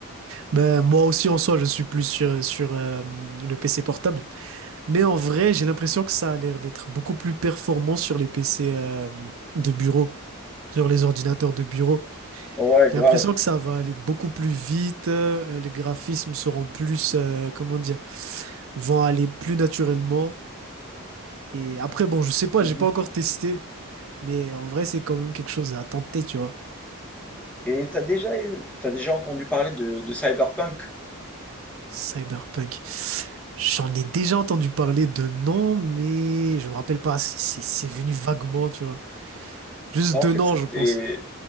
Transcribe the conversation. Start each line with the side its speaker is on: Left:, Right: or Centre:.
Right: Ben, moi aussi, en soi, je suis plus sur, euh, sur euh, le PC portable. Mais en vrai, j'ai l'impression que ça a l'air d'être beaucoup plus performant sur les PC euh, de bureau, sur les ordinateurs de bureau.
Centre: Ouais,
Right: J'ai
Centre: grave.
Right: l'impression que ça va aller beaucoup plus vite, euh, les graphismes seront plus, euh, comment dire, vont aller plus naturellement. Et après, bon, je sais pas,
Centre: Mhm.
Right: j'ai pas encore testé, mais en vrai, c'est quand même quelque chose à tenter, tu vois.
Centre: Et t'as déjà eu, t'as déjà entendu parler de, de Cyberpunk?
Right: Cyberpunk. J'en ai déjà entendu parler de nom, mais je me rappelle pas, c'est c'est- c'est venu vaguement, tu vois. Juste
Centre: Bah en
Right: de
Centre: fait
Right: nom,
Centre: c'était,
Right: je pense.